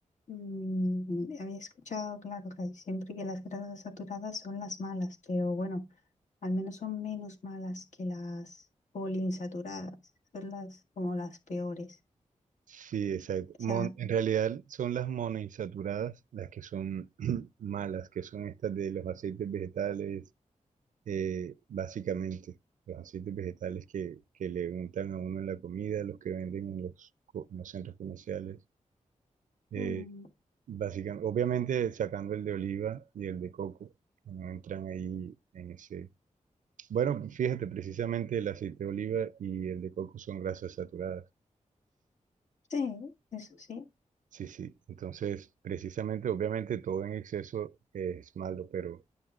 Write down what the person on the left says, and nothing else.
mm, había escuchado, claro, que siempre que las grasas saturadas son las malas, pero bueno, al menos son menos malas que las poliinsaturadas, son las como las peores.
O
sea,
mm,
sí, eso sí.